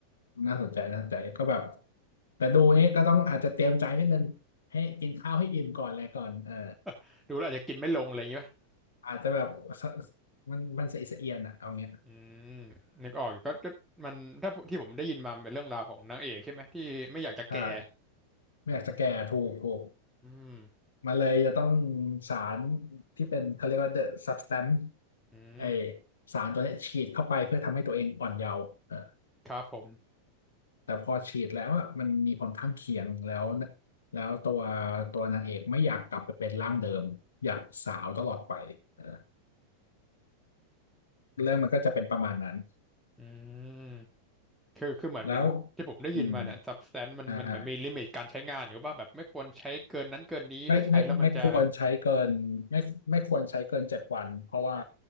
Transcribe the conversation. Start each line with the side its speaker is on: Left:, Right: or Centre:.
Left: น่าสนใจน่าสนใจก็แบบแต่ดูนี่ก็ต้องอาจจะเตรียมใจนิดนึงให้กินข้าวให้อิ่มก่อนอะไรก่อนเออ
Centre: <laughs> ดูแล้วอาจจะกินไม่ลงอะไรอย่างงี้ป่ะ
Left: อาจจะแบบสมันมันสะอิดสะเอียนอะเอาเงี้ย
Centre: อืมนึกออกอยู่ก็ก็มันถ้าที่ผมได้ยินมามันเป็นเรื่องราวของนางเอกใช่ไหมที่ไม่อยากจะแก่
Left: ใช่ไม่อยากจะแก่ถูกถูก
Centre: อืม
Left: มันเลยจะต้องสารที่เป็นเขาเรียกว่า the substance
Centre: อืม
Left: ไอสารตัวเนี้ยฉีดเข้าไปเพื่อทำให้ตัวเองอ่อนเยาว์เออ
Centre: ครับผม
Left: แต่พอฉีดแล้วอ่ะมันมีผลข้างเคียงแล้วนะแล้วตัวตัวนางเอกไม่อยากกลับไปเป็นร่างเดิมอยากสาวตลอดไปเออเรื่องมันก็จะเป็นประมาณนั้น
Centre: อืมคือคือเหมือนมันที่ผมได้ยินมาเนี่ย
Left: แล้วอืม
Centre: substance มันมันเหมือนมีลิมิตการใช้งานอยู่ป่ะแบบไม่ควรใช้เกินนั้นเกินนี้ถ้าใช้แล้วมันจะ
Left: อ่าอ่า ไม่ไม่ไม่ควรใช้เกินไม่ไม่ควรใช้เกินเจ็ดวันเพราะว่า